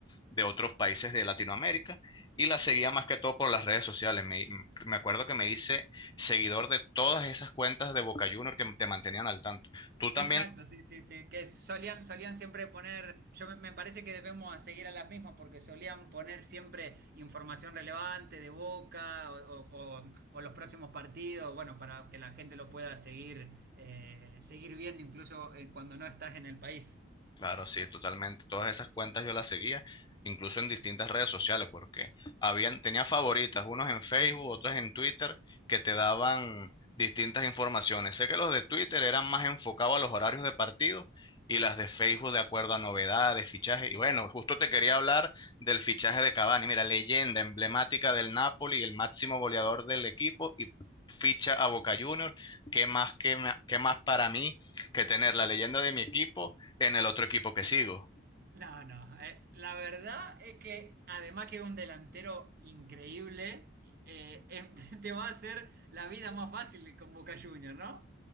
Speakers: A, on the left (about 20°); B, on the right (about 50°).
A: de otros países de Latinoamérica y la seguía más que todo por las redes sociales. Me, me acuerdo que me hice seguidor de todas esas cuentas de Boca Junior que te mantenían al tanto. Tú también
B: Exacto, sí, sí, sí. Que solían, solían siempre poner, yo me, me parece que debemos a seguir a las mismas porque solían poner siempre información relevante de Boca o, o- o- o los próximos partidos, bueno, para que la gente lo pueda seguir, eh, seguir viendo incluso eh, cuando no estás en el país.
A: Claro, sí, totalmente. Todas esas cuentas yo las seguía, incluso en distintas redes sociales, porque habían, tenía favoritas, unos en Facebook, otros en Twitter, que te daban distintas informaciones. Sé que los de Twitter eran más enfocados a los horarios de partido y las de Facebook de acuerdo a novedades, fichajes. Y bueno, justo te quería hablar del fichaje de Cavani. Mira, leyenda emblemática del Napoli, el máximo goleador del equipo y ficha a Boca Juniors. ¿Qué más, qué más, qué más para mí que tener la leyenda de mi equipo? En el otro equipo que sigo.
B: No, no. eh, la verdad es que además que es un delantero increíble, eh, eh, <laughs> te va a hacer la vida más fácil con Boca Juniors, ¿no?